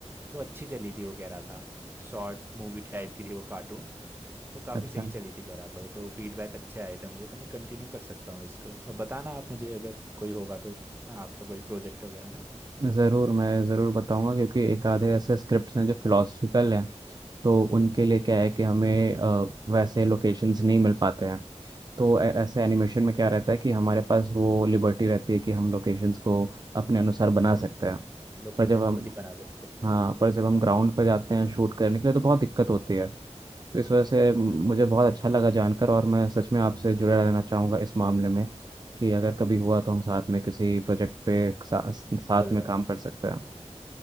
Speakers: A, on the right (about 20°); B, on the right (about 35°).
A: तो अच्छी चली थी वो कह रहा था शॉर्ट मूवी टाइप की थी वो कार्टून तो काफ़ी
B: अच्छा
A: सही चली थी कह रहा था वो तो फीडबैक अच्छे आए थे मुझे तो मैं कंटिन्यू कर सकता हूँ इसको अब बताना आप मुझे अगर कोई होगा तो आपका कोई प्रोजेक्ट वगैरह ना
B: ज़रूर मैं ज़रूर बताऊंगा क्योंकि एक आधे ऐसे स्क्रिप्ट्स हैं जो फिलोसफिकल हैं तो उनके लिए क्या है कि हमें अ, वैसे लोकेशंस नहीं मिल पाते हैं तो ऐ- ऐसे एनिमेशन में क्या रहता है कि हमारे पास वो लिबर्टी रहती है कि हम लोकेशंस को अपने अनुसार बना सकते
A: हाँ
B: हैं
A: लोकेशन
B: पर जब हम
A: खुद ही बना सकते हैं
B: हाँ
A: हाँ
B: पर जब हम ग्राउंड पर जाते हैं शूट करने के लिए तो बहुत दिक्कत होती है तो इस वजह से म- मुझे बहुत अच्छा लगा जानकर और मैं सच में आपसे जुड़े रहना चाहूँगा इस मामले में कि अगर कभी हुआ तो हम साथ में किसी प्रोजेक्ट पे सा, साथ
A: बिल्कुल
B: में
A: भाई
B: काम कर सकते हैं